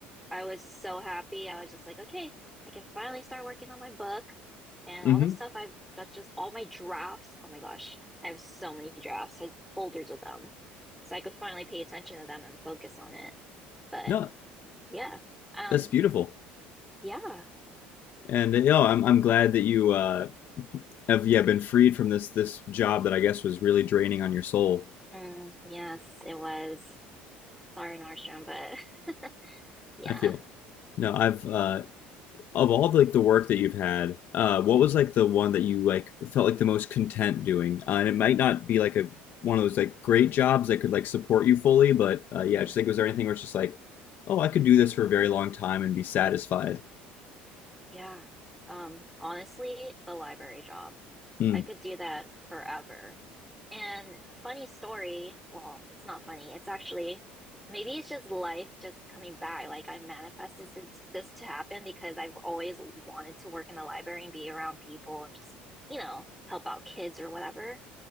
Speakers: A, in the centre; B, on the left (about 50°).
A: I was so happy. I was just like, okay, I can finally start working on my book and
B: Mm-hmm.
A: all this stuff I've that's just all my drafts. Oh my gosh, I have so many drafts. I have folders of them. So I could finally pay attention to them and focus on it. But
B: No,
A: yeah. Um
B: that's beautiful,
A: yeah.
B: and you know, I'm I'm glad that you uh, have yeah been freed from this this job that I guess was really draining on your soul.
A: Mm, yes, it was. Sorry, Nordstrom, but <laughs> yeah.
B: I feel no, I've uh,
A: Yeah.
B: of all the, like the work that you've had, uh, what was like the one that you like felt like the most content doing? Uh, and it might not be like a one of those like great jobs that could like support you fully, but uh, yeah,
A: Mhm.
B: just like was there anything where it's just like, oh, I could do this for a very long time and be satisfied?
A: Yeah. Um, honestly, the library job.
B: Hmm.
A: I could do that forever. And funny story, well, it's not funny. It's actually maybe it's just life just coming back. Like I manifested this this to happen because I've always wanted to work in the library and be around people and just, you know, help out kids or whatever.